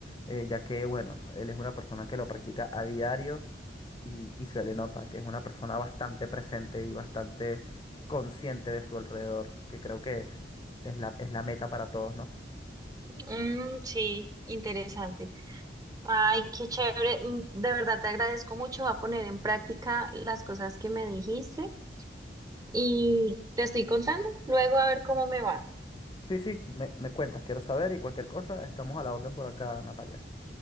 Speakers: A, on the left (about 25°); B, on the right (about 20°).
A: eh, ya que, bueno, él es una persona que lo practica a diario y, y se le nota que es una persona bastante presente y bastante consciente de su alrededor, que creo que es la, es la meta para todos,
B: Mm, sí, interesante. Ay, qué chévere. Mm, De verdad te agradezco mucho. Voy a poner en práctica las cosas que me dijiste y
A: ¿no?
B: te estoy contando luego a ver cómo me va.
A: Sí, sí, me, me cuentas, quiero saber y cualquier cosa, estamos a la orden por acá, Natalia.